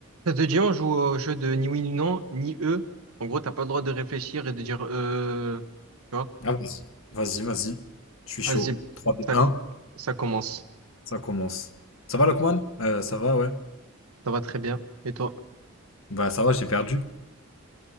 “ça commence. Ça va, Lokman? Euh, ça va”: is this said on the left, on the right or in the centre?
Left